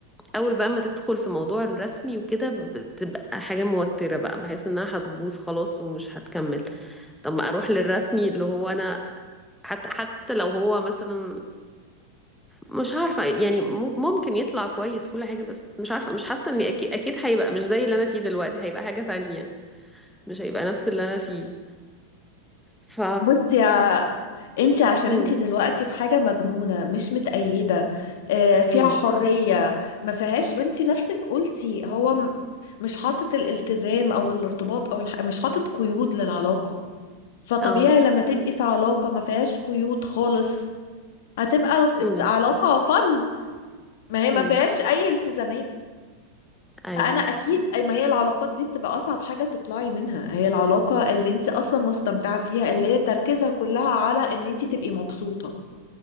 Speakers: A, in the centre; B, on the left.
A: اول بقى ما تدخل في موضوع الرسمي وكده بتبقى حاجة موترة بقى بحس انها هتبوظ خلاص ومش هتكمل طب ما اروح للرسمي اللي هو انا حتى حتى لو هو مثلا مش عارفة يعني م- ممكن يطلع كويس كل حاجة بس مش عارفة مش حاسة اني اكيد اكيد هيبقى مش زي اللي انا فيه دلوقتي هيبقى حاجة تانية مش هيبقى نفس اللي انا فيه ف
B: بصي يا انت عشان
A: امم
B: انت دلوقتي في حاجة مجنونة مش متأيدة آه، فيها
A: امم
B: حرية ما فيهاش وانت نفسك قلتي هو م- مش حاطط الالتزام او الارتباط او الح... مش حاطط قيود للعلاقة فطبيعي
A: اه
B: لما تبقي في علاقة ما فيهاش قيود خالص هتبقى
A: امم
B: علاقة فن ما هي ما
A: امم
B: فيهاش اي التزامات
A: ايوه
B: فانا اكيد أي- ما هي العلاقات دي بتبقى اصعب حاجه تطلعي منها هي العلاقه اللي انت اصلا مستمتعه فيها اللي هي تركيزها كلها على ان انت تبقي مبسوطه